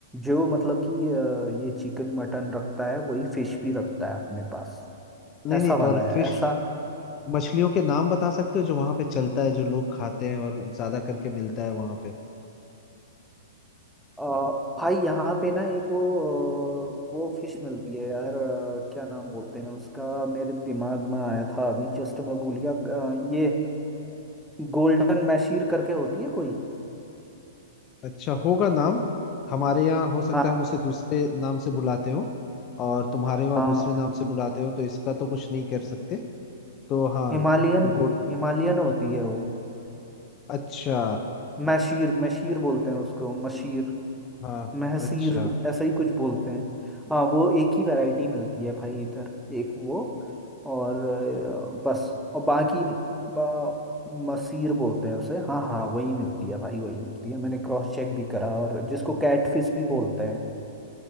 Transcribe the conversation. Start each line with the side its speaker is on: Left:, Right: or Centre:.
Centre: जो मतलब कि अ, ये चिकन मटन रखता है वही फिश भी रखता है अपने पास
Left: नहीं
Centre: ऐसा
Left: नहीं पर
Centre: वाला है
Left: फिश
Centre: ऐसा
Left: मछलियों के नाम बता सकते हो जो वहां पे चलता है जो लोग खाते हैं और ज्यादा करके मिलता है वहां पे
Centre: अ, भाई यहाँ पे ना एक वो अ, वो फिश मिलती है यार अ, क्या नाम बोलते हैं उसका मेरे दिमाग में आया था अभी जस्ट मैं भूल गया अ, ये गोल्डन मैशीर करके होती है कोई
Left: अच्छा होगा नाम हमारे यहाँ हो सकता
Centre: हाँ
Left: है हम उसे दूसरे नाम से बुलाते हो और तुम्हारे वहाँ
Centre: हाँ
Left: दूसरे नाम से बुलाते हो तो इसका तो कुछ नहीं कर सकते तो हाँ
Centre: हिमालयन
Left: गुड
Centre: हिमालयन होती है वो
Left: अच्छा
Centre: मैशीर मैशीर बोलते हैं उसको मशीर
Left: हाँ
Centre: महसीर
Left: अच्छा
Centre: ऐसा ही कुछ बोलते हैं हाँ वो एक ही वैरायटी मिलती है भाई इधर एक वो और अ, बस और बाकी बा, मसीर बोलते हैं उसे हाँ हाँ वही मिलती है भाई वही मिलती है मैंने क्रॉस चेक भी करा और जिसको कैटफिश भी बोलते हैं